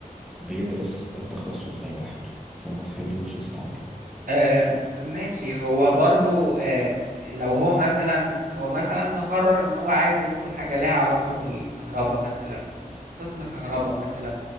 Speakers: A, in the centre; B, on the right.
A: بيدرس التخصص ده لوحده فما تخليهوش يستعجل
B: آم، ماشي هو برضو آم، لو هو مثلا هو مثلا مقرر ان هو عايز يدخل حاجة لها علاقة بالكهرباء مثلا قسم كهرباء مثلا